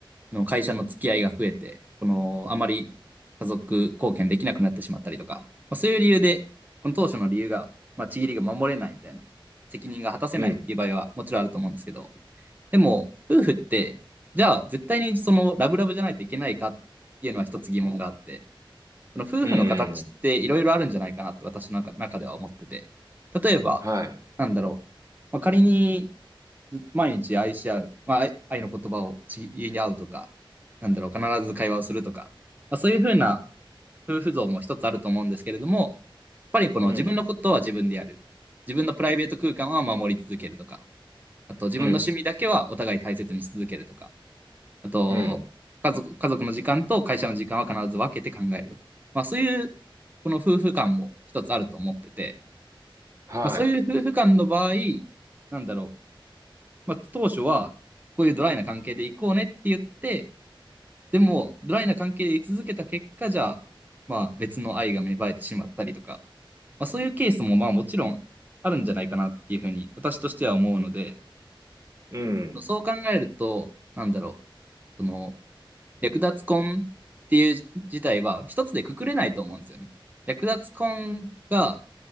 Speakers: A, on the right (about 20°); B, on the right (about 35°).
A: あの会社の付き合いが増えて、この、あまり家族貢献できなくなってしまったりとか、まあ、そういう理由で、この当初の理由が、まあ、ちぎりが守れないみたいな、責任が果たせないっていう場合はもちろんあると思うんですけど、
B: うん。
A: でも、夫婦って、じゃあ絶対にそのラブラブじゃないといけないかっていうのは一つ疑問があって、この夫婦の形っていろいろあるんじゃないかなって私の中では思ってて。
B: うん。うん
A: 例えば、
B: はい。
A: なんだろう。まあ、仮に毎日愛し合う、まあ、愛愛の言葉をちぎり合うとか、なんだろう、必ず会話をするとか、まあ、そういうふうな夫婦像も一つあると思うんですけれども、やっぱりこの自分のことは自分でやる。
B: うん。
A: 自分のプライベート空間は守り続けるとか、あと自分の趣味だけはお互い大切にし続けるとか、
B: うん。
A: あと、
B: うん。
A: 家族、家族の時間と会社の時間は必ず分けて考えるとか。まあそういう、この夫婦間も一つあると思ってて、
B: はい。
A: まあそういう夫婦間の場合、なんだろう。まあ当初は、こういうドライな関係で行こうねって言って、でも、ドライな関係で居続けた結果じゃあ、まあ別の愛が芽生えてしまったりとか、まあそういうケースもまあもちろんあるんじゃないかなっていうふうに私としては思うので、
B: うん。
A: そう考えると、なんだろう。その、略奪婚っていう事態は一つでくくれないと思うんですよね。略奪婚が、